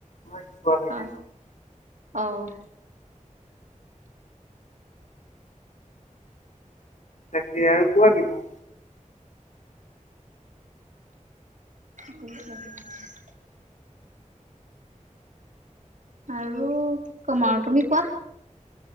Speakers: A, on the left; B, on the right.
A: মই চোৱা লাগি
B: অ অ।
A: তাকে আৰু কোৱা কিবা।
B: কোন দখত। আৰু কমাও তুমি কোৱা।